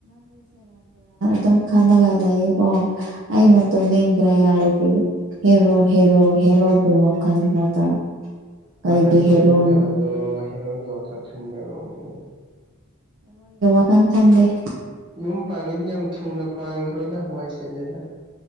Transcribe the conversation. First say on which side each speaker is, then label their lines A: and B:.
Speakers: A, on the right; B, on the right.
A: ꯑꯗꯨ ꯈꯗ ꯈꯂꯑ ꯀꯣ ꯑꯩꯅ ꯇꯨꯝꯅꯤꯡꯗ꯭ꯔꯦ ꯍꯥꯏꯔꯗꯤ ꯍꯦꯔꯣ ꯍꯦꯔꯣꯏ ꯍꯦꯔꯣꯒꯤ ꯋꯥꯈꯜꯗꯗ
B: ꯍꯣꯏ
A: ꯀꯩꯒꯤ
B: ꯅꯪ ꯇꯨꯝꯅꯤꯡꯗꯕꯗꯣ
A: ꯍꯦꯔꯣꯅꯣ
B: ꯍꯦꯔꯣꯒꯤ ꯑꯣꯊꯔ ꯆꯤꯟꯕꯕꯣꯝ
A: ꯍꯪ ꯊꯝꯗꯦ
B: ꯌꯨꯝ ꯄꯥꯡꯉꯤꯗꯤ ꯌꯥꯝ ꯊꯨꯅ ꯄꯥꯡꯈ꯭ꯔꯣꯗ ꯍꯋꯥꯏ ꯆꯦꯂꯦꯗ